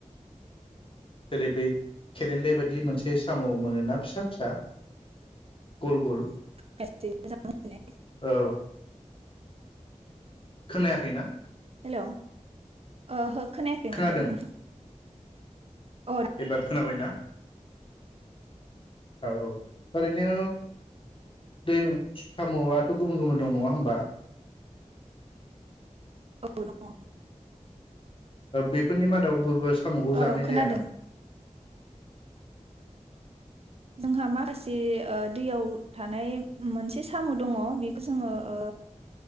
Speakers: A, on the left; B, on the right.
A: जेरै बै खेरेन्दाय बायदि मोनसे साम' मोनोना फिसा फिसा गल गल
B: <unintelligible>
A: औ खोनायाखैना
B: हेल' ओहो खोनायाखैमोन
A: खोनादों
B: दे बुंफिन औ
A: एबार खोनाबायना। औ औ ओरैनो दै साम' आथ गुबुन गुबुन दं नङा होमबा।
B: औ दं।
A: बेफोरनि मादावबाबो। सामखौ
B: औ
A: जानाय
B: खोनादों
A: जाया नामा।
B: जोंहा माखासे ओ दैयाव थानाय मोनसे साम दङ बेखौ जोङो ओ